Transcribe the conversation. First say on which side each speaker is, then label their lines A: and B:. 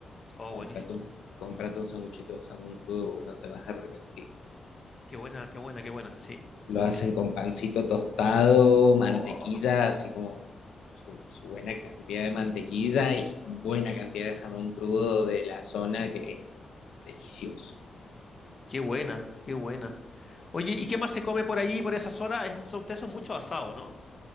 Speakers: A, on the left (about 35°); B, on the left (about 85°).
A: Oh,
B: cómprate
A: buenísimo.
B: un, cómprate un sanguchito de jamón crudo, porque no te vas a arrepentir.
A: Qué buena, qué buena, qué buena. Sí,
B: Lo
A: sí.
B: hacen con pancito tostado, mantequilla,
A: Oh.
B: así como su, su buena cantidad de mantequilla y buena cantidad de jamón crudo de la zona, que es delicioso.
A: Qué buena, qué buena. Oye, ¿y qué más se come por ahí, por esa zona? Es, son- ustedes son mucho asado, ¿no?